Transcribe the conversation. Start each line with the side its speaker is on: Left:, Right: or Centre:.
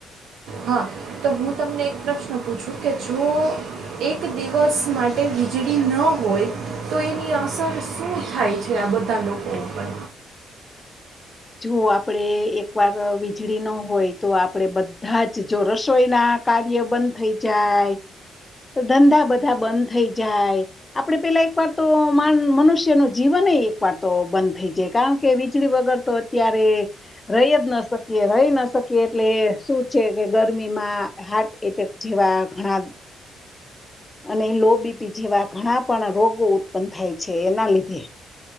Right: હા તો હું તમને એક પ્રશ્ન પૂછું કે જો એક દિવસ માટે વીજળી ન હોય તો એની અસર શું થાય છે આ બધા લોકો ઉપર
Left: જો આપડે એકવાર વીજળી ન હોય તો આપડે બધા જ જો રસોઈ ના કાર્ય બંધ થઈ જાય ધંધા બધા બંધ થઈ જાય આપડે પેલા એક વાર તો મનુષ્ય ન જીવન એકવાર તો બંધ થઈ જાય કારણ કે વીજળી વગર તો ત્યારે રહી જ ન શકીએ રહી ન શકીએ એટલે શું છે કે ગરમીમાં હાર્ટ એટેક જેવા ઘણા અને લોબીપી જેવા ઘણા પણ રોગો ઉત્પન્ન થાય છે એના લીધે